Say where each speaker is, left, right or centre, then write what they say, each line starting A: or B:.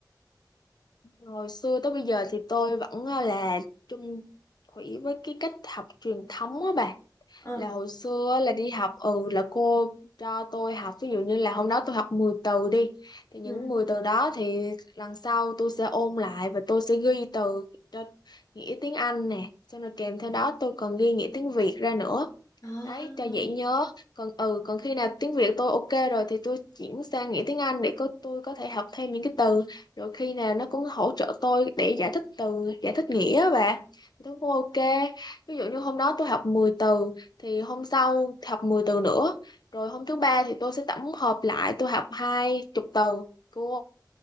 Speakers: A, on the left (about 65°); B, on the left (about 50°).
A: Hồi xưa tới bây giờ thì tôi vẫn ờ, là chung thủy với cái cách học truyền thống á bà.
B: Ờ.
A: Là hồi xưa á, là đi học ừ là cô cho tôi học ví dụ như là hôm đó tôi học 10 từ đi. Thì những
B: Ừ.
A: 10 từ đó thì lần sau tôi sẽ ôn lại và tôi sẽ ghi từ cho nghĩa tiếng Anh nè. Xong rồi kèm theo đó tôi còn ghi nghĩa tiếng Việt ra nữa
B: À,
A: đấy cho dễ nhớ còn ừ còn khi nào tiếng Việt tôi ok rồi thì tôi chuyển sang nghĩa tiếng Anh để có tôi có thể học thêm những cái từ rồi khi nào nó cũng hỗ trợ tôi để giải thích từ giải thích nghĩa và tôi cũng ok ví dụ như hôm đó tôi học 10 từ thì hôm sau học 10 từ nữa rồi hôm thứ ba thì tôi sẽ tổng hợp lại tôi học hai chục từ của